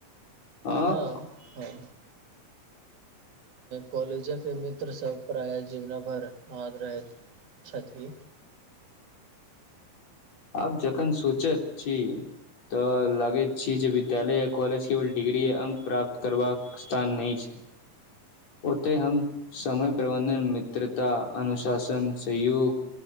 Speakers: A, on the left; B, on the right.
A: आब
B: हाँ हाँ कॉलेजक मित्रसभ प्रायः जीवनाभरि याद रहैत छथि
A: आब जखन सोचैत छी तऽ लागैत छी जे विद्यालय आ कॉलेज केवल डिग्री अंक प्राप्त करबाक स्थान नहि छै ओतय हम समय प्रबन्धन मित्रता अनुशासन सहयोग